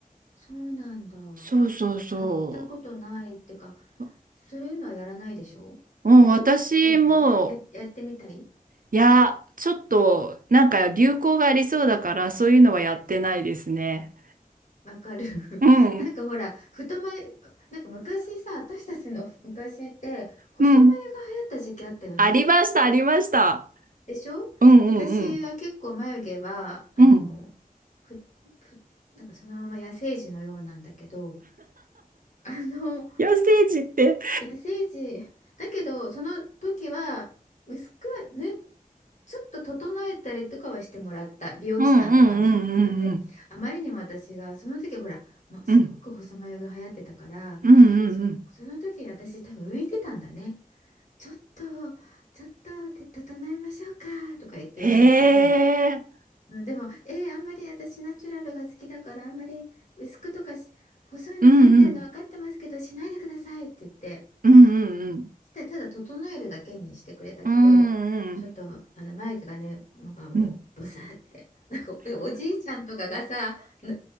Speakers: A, on the left; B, on the right.
A: そうなんだ。
B: そうそうそ
A: やったことないってか、
B: う。も
A: そういうのはやらないでしょやるタイプや、
B: うん、私も、
A: やってみたい
B: いや、
A: やった
B: ちょっと、なんか流行がありそうだから、そういうのはやってないですね。
A: わかる。<laughs>
B: うん、
A: なんかほら、太眉、なんか昔さ、私たちの昔って、細眉が流行った時期あったよね。
B: うん。ありました、ありました。
A: でしょ私は結構眉毛は、
B: うんうんうん。
A: あの、
B: うん。
A: ふ、ふ、なんかそのまま野生児のようなんだけど、あの、
B: 野生児って。
A: いや、聖地、だけど、その時は、薄くは、ね、ちょっと整えたりとかはしてもらった。美容師さんとかに。
B: うんうんうん
A: なんか部屋、あまりにも私が、その時ほら、もうすごく細眉が流行ってたから、
B: うんうんうんうんうんうんうん
A: そ、その時私多分浮いてたんだね。ちょっと、ちょっと、て整えましょうか、とか言って言われて。
B: へえ
A: うん、でも、えーあんまり私ナチュラルが好きだから、あんまり薄くとかし細いの流行ってるの分かってますけど、
B: うんうん
A: しないでくださいって言って。
B: うんうん
A: してただ整えるだけにしてくれたけどちょっとあの眉毛がねなんかもうボサーってなんかおおじいちゃんとかがさな
B: うんうんうんうん